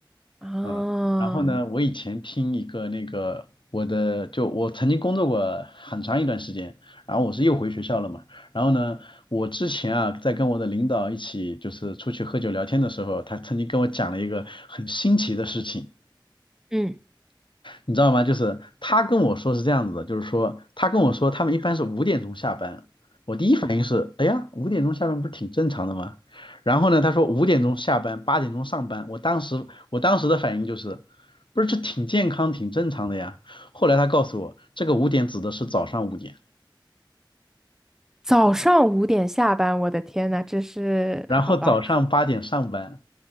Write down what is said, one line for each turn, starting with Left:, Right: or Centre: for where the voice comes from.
Centre: 啊，
Left: 嗯，然后呢，我以前听一个那个我的，就我曾经工作过很长一段时间，然后我是又回学校了嘛。然后呢，我之前啊，在跟我的领导一起就是出去喝酒聊天的时候，他曾经跟我讲了一个很新奇的事情。
Centre: 嗯，
Left: 你知道吗？就是他跟我说是这样子的，就是说他跟我说他们一般是五点钟下班，我第一反应是，哎呀，五点钟下班不是挺正常的吗？然后呢，他说五点钟下班，八点钟上班，我当时我当时的反应就是，不是这挺健康挺正常的呀。后来他告诉我，这个五点指的是早上五点，
Centre: 早上五点下班，我的天呐，这是好吧，
Left: 然后早上八点上班。